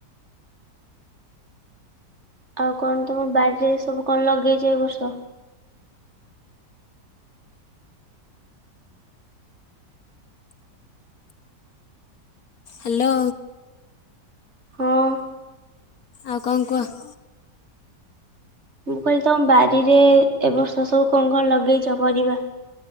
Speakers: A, on the right; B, on the left.
A: ଆଉ କଣ ତମ ବାଡିରେଏ ସବୁ କଣ ଲଗେଇଚ ଏ ବର୍ଷ?
B: ହାଲୋ।
A: ହଁ।
B: ଆଉ କଣ କୁହ?
A: ମୁଁ କହିଲି ତମ ବାରିରେ ଏବର୍ଷ ସବୁ କଣ କଣ ଲଗେଇଚ ପରିବା?